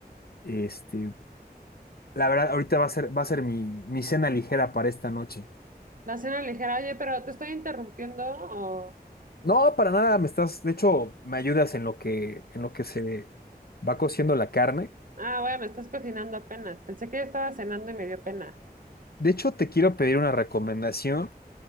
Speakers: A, on the left (about 70°); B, on the right (about 55°).
A: Este, La verdad, ahorita va a ser, va a ser mi, mi cena ligera para esta noche.
B: La cena ligera, oye, pero ¿te estoy interrumpiendo o...?
A: No, para nada, me estás, de hecho, me ayudas en lo que, en lo que se va cociendo la carne.
B: Ah, bueno, estás cocinando apenas. Pensé que ya estaba cenando y me dio pena.
A: De hecho, te quiero pedir una recomendación,